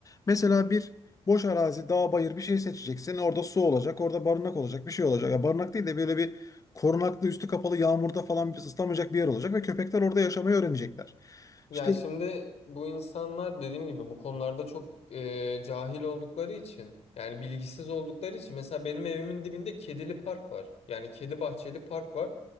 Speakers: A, on the left; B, on the left.
A: Mesela bir boş arazi, dağ, bayır bir şey seçeceksin. Orada su olacak, orada barınak olacak, bir şey olacak. Ya barınak değil de böyle bir korunaklı, üstü kapalı, yağmurda falan ıslamayacak bir yer olacak ve köpekler orada yaşamayı öğrenecekler.
B: Ya
A: İşte
B: şimdi bu insanlar dediğim gibi bu konularda çok e, cahil oldukları için yani bilgisiz oldukları için mesela benim evimin dibinde kedili park var. Yani kedi bahçeli park var.